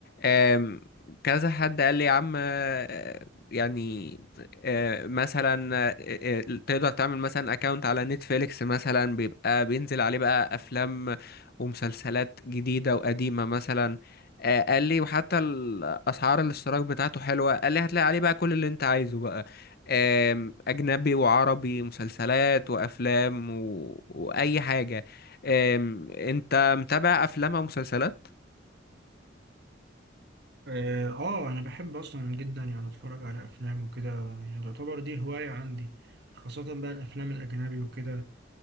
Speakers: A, on the left; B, on the right.
A: آم، كذا حد قال لي يا عم آه، يعني آه، مثلا آه، آه، تقدر تعمل مثلا اكونت على نتفليكس مثلا بيبقى بينزل عليه بقى افلام ومسلسلات جديدة وقديمة مثلا آه، قال لي وحتى الاسعار الاشتراك بتاعته حلوة قال لي هتلاقي عليه بقى كل اللي انت عايزه بقى آم، أجنبي وعربي مسلسلات وأفلام و... وأي حاجة آم، أنت متابع أفلام أو مسلسلات؟
B: اه آه، انا بحب اصلا جدا يعني اتفرج على افلام وكده يعني تعتبر دي هواية عندي خاصة بقى الافلام الاجنبي وكده